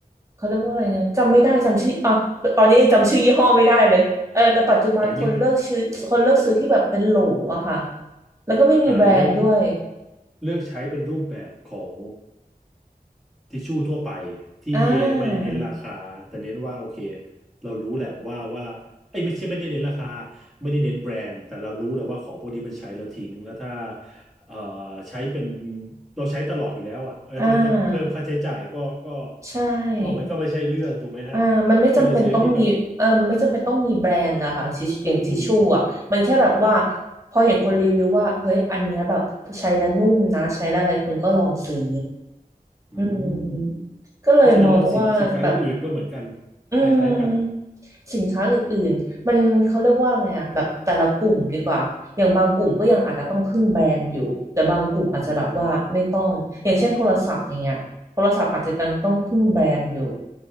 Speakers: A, on the right (about 20°); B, in the centre.
A: เขาเรียกว่าอะไรนะจำไม่ได้จำชื่ออ่ะตอนนี้ยังจำชื่อยี่ห้อไม่ได้เลยเออแต่ปัจจุบันคนเลิกซื้อคนเลิกซื้อที่แบบเป็นโหลอะค่ะ
B: อ่าเยอะ
A: แล้วก็ไม่มีแบรนด์ด้วย
B: อ่าเลือก เลือกใช้เป็นรูปแบบของทิชชู่ทั่วไปที่ไม่ได้เน้นราคาแต่เน้นว่าโอเค
A: อ่า
B: เรารู้แหละว่าว่าไอ้ยไม่ใช่ไม่ได้เน้นราคาไม่ได้เน้นแบรนด์แต่เรารู้แหละว่าของพวกนี้มันใช้แล้วทิ้งแล้วถ้าเอ่อใช้เป็นเราใช้ตลอดอยู่แล้วอ่ะเออจะจะเพิ่มค่าใช้จ่ายก็ก็
A: อ่าใช่
B: ก็มันก็ไม่ใช่เรื่องถูกไหมฮะ
A: อ่ามันไม่จำเป็นต้องมีเออไม่จำเป็นต้องมีแบรนด์นะคะทิชอย่างทิชชู่อ่ะมันแค่แบบว่า
B: ก็เลยซื้อที่แบบอืม
A: พอเห็นคนรีวิวว่าเฮ้ยอันเนี้ยแบบใช้แล้วนุ่มนะใช้แล้วอะไรคนก็ลองซื้อ
B: อื
A: อืม
B: มเพราะฉะนั้นแล้วสินสินค้าอื่นๆก็เหมือนกัน
A: ก็เลยมองว่าแบบ อืมสินค้าอื่นๆมันเขาเรียกว่าอะไรอะแบบแต่ละกลุ่มดีกว่าอย่างบางกลุ่มก็ยังอาจจะต้องพึ่งแบรนด์อยู่แต่บางกลุ่มอาจจะแบบว่าไม่ต้องอย่างเช่นโทรศัพท์อย่างเงี้ยโทรศัพท์อาจจะยังต้องพึ่งแบรนด์อยู่
B: คล้ายๆกันอืม